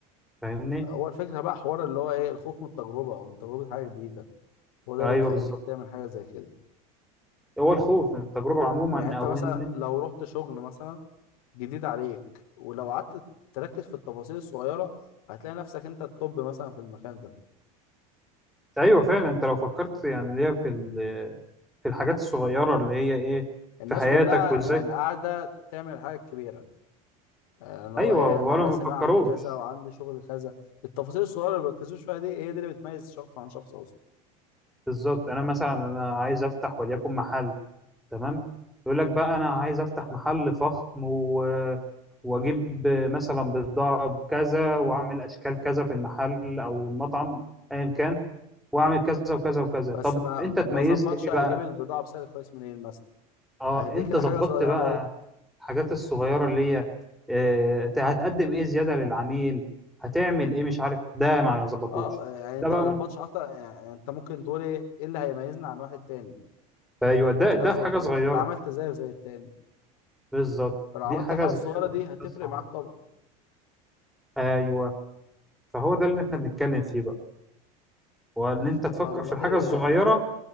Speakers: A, in the centre; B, on the left.
A: فاهمني
B: هو الفكره بقى حوار اللي هو ايه الخوف من التجربه او من تجربه حاجه جديده هو ده
A: ايوه
B: اللي بيخليك
A: بالظبط
B: تعمل حاجه زي كده
A: هو الخوف من التجربه عموما
B: يعني انت
A: او
B: مثلا
A: ان
B: لو رحت شغل مثلا جديد عليك ولو قعدت تركز في التفاصيل الصغيره هتلاقي نفسك انت الطب مثلا في المكان ده
A: ايوه فعلا انت لو فكرت يعني اللي هي في ال- في الحاجات الصغيره اللي هي ايه
B: الناس
A: في حياتك
B: كلها
A: وازاي
B: يعني قاعدة تعمل حاجة كبيرة آه، ان هو
A: ايوه
B: ايه
A: ولا
B: انا لازم
A: ما بيفكروش
B: اعمل كذا وعندي شغل كذا التفاصيل الصغيرة اللي بيركزوش فيها دي هي دي اللي بتميز شخص عن شخص اصلا
A: بالظبط انا مثلا انا عايز افتح وليكن محل تمام يقول لك بقى انا عايز افتح محل فخم و... واجيب مثلا بضاعه بكذا واعمل اشكال كذا في المحل او المطعم ايا كان واعمل كذا وكذا وكذا
B: بس
A: طب
B: ما
A: انت
B: ما
A: اتميزت
B: ظبطش
A: ايه
B: هيجيب
A: بقى
B: البضاعة بسعر كويس منين مثلا
A: اه
B: اهي دي
A: انت
B: كده
A: ظبطت
B: حاجة صغيرة
A: بقى
B: ايه
A: الحاجات الصغيرة اللي هي آه، هتقدم ايه زيادة للعميل هتعمل ايه مش عارف ده ما ظبطوش
B: اه آه، يعني
A: ده
B: انت
A: بقى
B: ما
A: ممكن
B: ظبطش اصلا يعني انت ممكن تقول ايه ايه اللي هيميزنا عن واحد تاني انت
A: ايوه
B: ما
A: ده
B: ظبطش
A: ده
B: حاجة زي
A: حاجة
B: كده
A: صغيرة
B: انت عملت زيك زي التاني
A: بالظبط
B: فلو
A: دي
B: عملت
A: حاجة
B: الحاجة
A: صغيرة
B: الصغيرة دي هتفرق
A: بس عظيمة.
B: معاك طبعا
A: ايوه فهو ده اللي احنا بنتكلم فيه بقى وان
B: ماشي
A: انت تفكر
B: والله
A: في الحاجة
B: هي-
A: الصغيرة